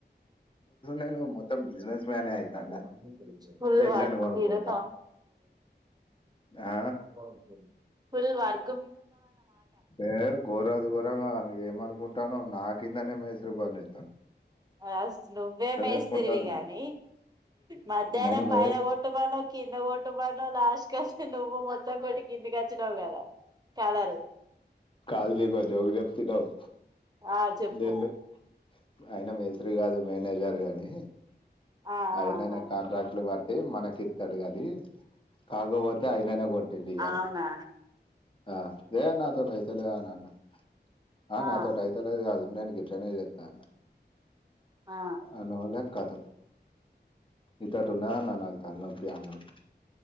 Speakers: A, on the left (about 30°); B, on the right (about 20°).
A: నేను మొత్తం బిజినెస్ మ్యానే అయితాన్న.
B: నువ్వు
A: ఎడ్లను
B: వర్కు
A: కొనుక్కుంటా.
B: మీద
A: ఆ!
B: <unintelligible> ఫుల్ వర్
A: ఏ ఘోరాది ఘోరంగా ఏమనుకుంటున్నావ్ నా కిందనే మేసిరి పన్ జె
B: యస్ట నువ్వే మెస్
A: ఏసుకుంటాన్నవు
B: తిరివి గాని
A: అని.
B: మధ్యాహ్నం
A: నేను మే
B: పైన గోట్టు పను కింద గోట్టు పను లాస్ట్ కాస్ట్ నువ్వు మొత్తం పెట్టి కిందికి ఒచ్చినవ్ కదా కలరు
A: కల్కి గ జోబీ ఎత్తుకునవ్
B: ఆ చెప్పు
A: దేల్దు అయిన మేస్త్రి కాదు మేనేజర్ గాని
B: ఆ
A: అయిననే
B: ఆహా
A: కాంట్రాక్ట్లు మనకి ఇత్తడు గానీ కాకపోతే అయిననే కొట్టిండు గ
B: అవునా
A: అ లెద్ నాతోటి అయితలేద్ అన్ అన్న
B: ఆ
A: నాతోటి అయితేలేదు కాదు గట్లానేతా
B: ఆ
A: అన వాళ్ళ కథం ఇతడు ఉన్నా నా నాకు తల నొప్పి అన్నాళ్